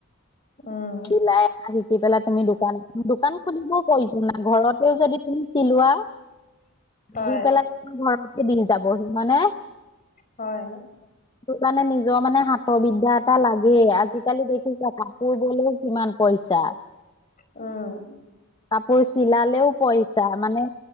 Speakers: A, on the left; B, on the left.
A: উম,
B: চিলাই শিকি পেলাই তুমি দোকান, দোকান খুলিবও প্ৰয়োজন নাই, ঘৰতেও যদি তুমি চিলোৱা,
A: হয়,
B: দি পেলাই ঘৰতে দি যাবহি, হয় নে?
A: হয়।
B: <inaudible> তোৰ কাৰণে নিজৰ মানে হাতৰ বিদ্যা এটা লাগেই, আজিকালি দেখিছা কাপোৰ বলেও কিমান পইচা।
A: উম।
B: কাপোৰ চিলালেও পইচা, মানে